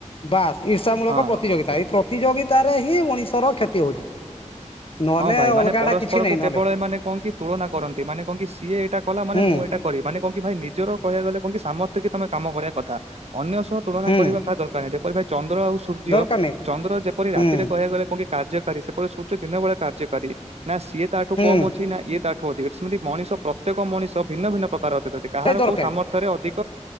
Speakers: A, on the left; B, on the right.
A: ବାସ୍ ଇର୍ଷା ମୂଳକ
B: ହଁ
A: ପ୍ରତିଯୋଗିତା ଏଇ ପ୍ରତିଯୋଗିତା ତାରେ ହିଁ ମଣିଷ ର କ୍ଷତି ହଉଛି। ନହେଲେ
B: ହଁ ଭାଇ ମାନେ
A: ଅଲଗା
B: ପରସ୍ପରକୁ
A: ଟା କିଛି ନାଇଁ ନହେଲେ
B: କେବଳ ମାନେ କଣ କି ତୁଳନା କରନ୍ତି ମାନେ କଣ କି ସିଏ ଏଇଟା କଲା ମାନେ
A: ହୁଁ
B: ମୁଁ ଏଇଟା କରିବ ମାନେ କ କି ଭାଇ ନିଜର କହିବାକୁ ଗଲେ କଣି ସାମର୍ଥ୍ୟ କି ତମେ କାମ କରିବା କଥା ଅନ୍ୟ ସହ ତୁଳନା
A: ହୁଁ
B: କରିବା କାହା ଦରକାର ନାହିଁ ଯେପରି ଭାଇ ଚନ୍ଦ୍ର ଆଉ ସୂର୍ଯ୍ୟ
A: ଦରକାର ନାହିଁ
B: ଚନ୍ଦ୍ର ଯେପରି
A: ହୁଁ
B: ରାତିରେ କହିବାକୁ ଗଲେ କଣି କାର୍ଯ୍ୟକାରୀ ସେପରି ସୂର୍ଯ୍ୟ ଦିନ ବେଳେ କାର୍ଯ୍ୟକାରୀ ନା ସିଏ ତାଠୁ
A: ହୁଁ
B: କମ ଅଛି ନା ଇଏ ତାଠୁ ଅଧିକ ସେମିତି ମଣିଷ ପ୍ରତ୍ୟେକ ମଣିଷ ଭିନ୍ନ ଭିନ୍ନ ପ୍ରକାର ଅତିଥି କାହାର
A: ଏଇ ଦରକାରୀ
B: କଉ ସାମର୍ଥ୍ୟରେ ଅଧିକ